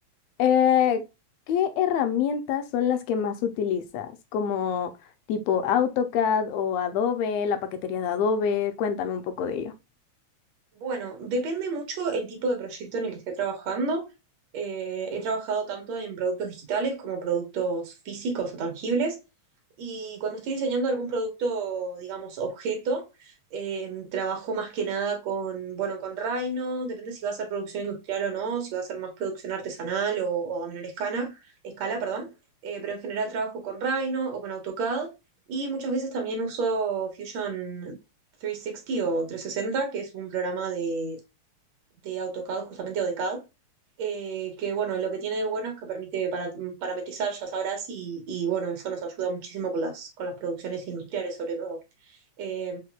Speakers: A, on the left; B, on the right.
A: Eh, ¿qué herramientas son las que más utilizas? Como tipo AutoCAD o Adobe, la paquetería de Adobe. Cuéntame un poco de ello.
B: Bueno, depende mucho el tipo de proyecto en el que esté trabajando. Eh, he trabajado tanto en productos digitales como productos físicos o tangibles. Y cuando estoy diseñando algún producto, digamos, objeto, eh, trabajo más que nada con, bueno, con Rhino, depende si va a ser producción industrial o no, si va a ser más producción artesanal o, o a menor escala, escala, perdón. Eh, pero en general trabajo con Rhino o con AutoCAD y muchas veces también uso Fusion 360 o 360, que es un programa de, de AutoCAD justamente o de CAD eh, que bueno, lo que tiene de bueno es que permite para- parametrizar, ya sabrás, y, y, bueno, eso nos ayuda muchísimo con las, con las producciones industriales sobre todo. Eh,